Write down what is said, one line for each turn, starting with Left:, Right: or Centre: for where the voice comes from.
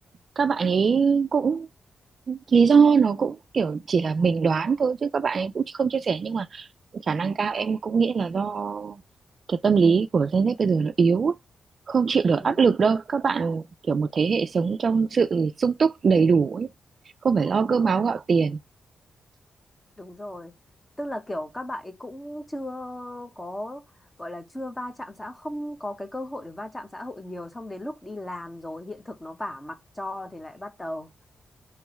Right: các bạn ấy cũng lý do nó cũng kiểu chỉ là mình đoán thôi chứ các bạn ấy cũng không chia sẻ nhưng mà khả năng cao em cũng nghĩ là do cái tâm lý của Gen Z bây giờ nó yếu ấy. không chịu được
Left: ừ,
Right: áp lực đâu các bạn kiểu
Left: ừ
Right: một thế hệ sống trong sự sung túc đầy đủ ấy không phải lo cơm áo gạo tiền
Left: đúng rồi tức là kiểu các bạn ấy cũng chưa có gọi là chưa va chạm xã không có cái cơ hội để va chạm xã hội nhiều xong đến lúc đi làm rồi hiện thực nó vả mặt cho thì lại bắt đầu